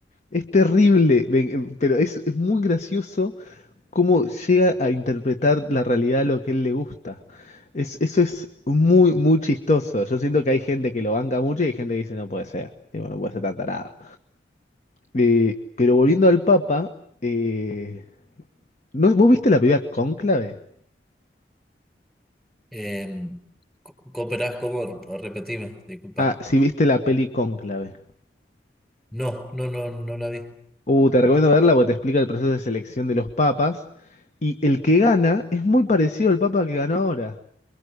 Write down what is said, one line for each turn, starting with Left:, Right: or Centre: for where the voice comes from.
Left: Es terrible, ve- pero es, es muy gracioso cómo llega a interpretar la realidad a lo que él le gusta. Es, eso es muy, muy chistoso. Yo siento que hay gente que lo banca mucho y hay gente que dice no puede ser, Tipo, no puede ser tan tarado. Eh, pero volviendo al Papa, eh, ¿no, ¿vos viste la película Cónclave?
Centre: Eh, co- ¿cooperás cómo? Repetime, disculpa.
Left: Ah, sí, viste la peli Cónclave.
Centre: No, no, no, no la vi.
Left: Uh, te recomiendo verla porque te explica el proceso de selección de los papas. Y el que gana es muy parecido al papa que ganó ahora.